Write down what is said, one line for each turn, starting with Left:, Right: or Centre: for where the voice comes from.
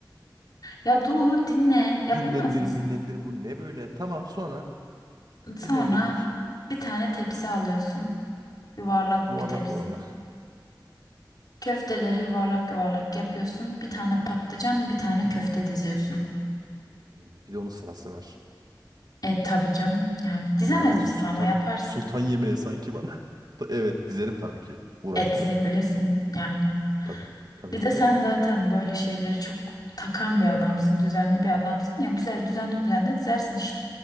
Left: Ya dur dinle yapamaz
Right: Dinlendir
Left: mısın?
Right: minlendir bu ne böyle? Tamam sonra
Left: Sonra
Right: dinlendirdik.
Left: bir tane tepsi alıyorsun. Yuvarlak
Right: Yuvarlak
Left: bir tepsi.
Right: yuvarlak.
Left: Köfteleri yuvarlak yuvarlak yapıyorsun. Bir tane patlıcan, bir tane köfte diziyorsun.
Right: Hmm, Bir de onun sırası var.
Left: E tabii canım. Yani dizemez
Right: Mübarek
Left: misin
Right: sultan
Left: ama yaparsın.
Right: sultan yemeği sanki bana. <laughs> Evet dizerim tabii ki. Uğraşırım.
Left: E dizebilirsin yani.
Right: Tabii tabii
Left: Bir de
Right: tabii.
Left: sen zaten böyle şeyleri çok takan bir adamsın. Düzenli bir adamsın. Ya güzel düzenli düzenli dizersin işte.